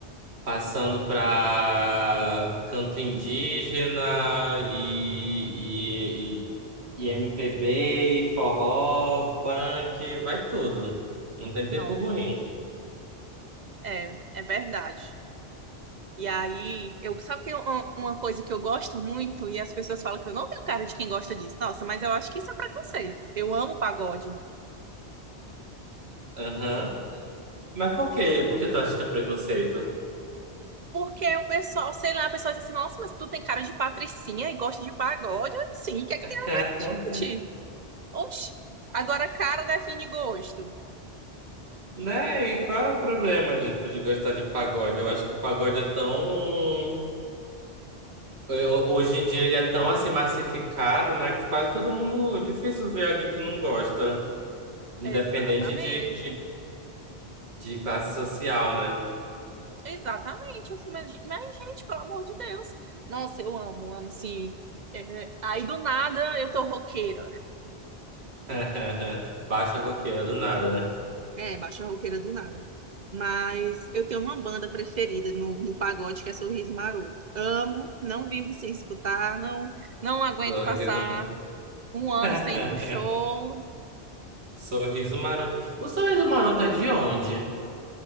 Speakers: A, on the right; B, on the right.
A: passando pra canto indígena e, e, e, e MPB, forró, funk, vai tudo. Não tem tempo
B: nossa,
A: ruim.
B: é, é verdade. E aí, eu, sabe que eu- uma uma coisa que eu gosto muito, e as pessoas falam que eu não tenho cara de quem gosta disso. Nossa, mas eu acho que isso é preconceito. Eu amo pagode.
A: Aham. Mas por quê? Por que tu acha que é preconceito?
B: Porque o pessoal, sei lá, a pessoa diz assim, nossa, mas tu tem cara de patricinha e gosta de pagode? Sim, o que é que
A: <laughs>
B: tem a ver, gente? Oxi. Agora, cara define gosto.
A: Né? E qual é o problema de, de gostar de pagode? Eu acho que o pagode é tão. eu- Hoje em dia ele é tão assim massificado, né? Que quase todo mundo. Difícil ver alguém que não gosta, independente
B: Exatamente.
A: de, de classe social, né?
B: Exatamente. Assim, mas, gente- mas, gente, pelo amor de Deus. Nossa, eu amo, amo, assim. É, aí, do nada, eu tô roqueira.
A: <laughs> Baixa roqueira do nada, né?
B: É, baixa roqueira do nada. Mas eu tenho uma banda preferida no, no pagode, que é Sorriso Maroto. Amo, não vivo sem escutar, não, não aguento
A: Sorriso.
B: passar um ano
A: <laughs>
B: sem ir pro show.
A: Sorriso maroto. O sorriso maroto é de onde?